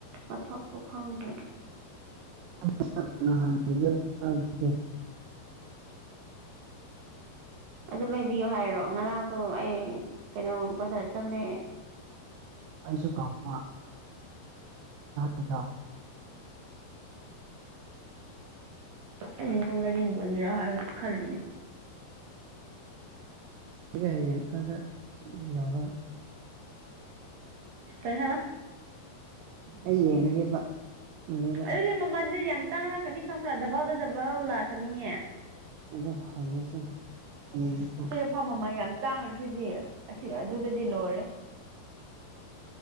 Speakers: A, on the right; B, on the right.
A: ꯃꯁꯛꯁꯨ ꯈꯪꯗꯦ
B: <unintelligible>
A: ꯑꯗꯨ ꯂꯩꯕꯤꯌꯣ ꯍꯥꯏꯔꯣ ꯉꯔꯥꯡꯁꯨ ꯑꯩ ꯀꯩꯅꯣ ꯕꯖꯥꯔ ꯆꯂꯦ
B: ꯑꯩꯁꯨ ꯀꯥꯎꯄ <unintelligible>
A: ꯑꯩꯖꯦ ꯅꯪ ꯂꯩꯅꯤꯡꯕꯒꯤꯔꯥ ꯍꯥꯏꯕ ꯈꯜꯂꯤꯅꯦ
B: ꯁꯤ ꯍꯌꯦꯡ ꯑꯥꯗ ꯆꯤ ꯌꯧꯔꯒ
A: ꯀꯩꯍꯥ
B: ꯑꯩ ꯌꯦꯡꯂꯒꯦꯕ ꯅꯦꯗ
A: ꯑꯗꯨꯗꯤ ꯃꯃꯜꯁꯦ ꯌꯥꯝ ꯇꯥꯡꯂꯛꯀꯅꯤ ꯈꯪꯕ꯭ꯔꯥ ꯗꯕꯜꯗ ꯗꯕꯜ ꯂꯥꯛꯀꯅꯤꯌꯦ
B: ꯑꯗꯣ ꯍꯪꯉꯁꯦ ꯌꯦꯉꯁꯦ
A: ꯄꯥꯟ ꯃꯃꯜ ꯌꯥꯝ ꯇꯥꯡꯉꯁꯤꯗꯤ ꯑꯁꯤ ꯑꯗꯨꯗꯗꯤ ꯂꯣꯏꯔꯦ